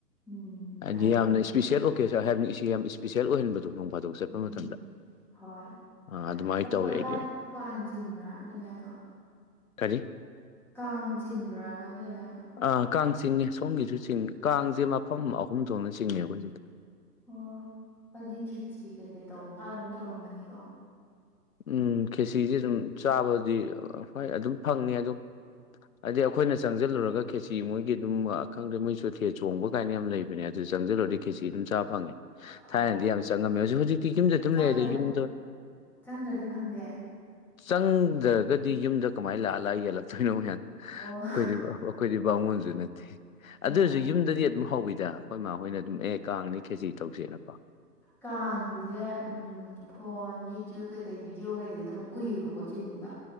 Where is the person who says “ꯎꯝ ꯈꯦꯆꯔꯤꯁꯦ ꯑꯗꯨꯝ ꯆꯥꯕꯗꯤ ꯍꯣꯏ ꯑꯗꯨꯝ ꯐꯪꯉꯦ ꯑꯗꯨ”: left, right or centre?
Left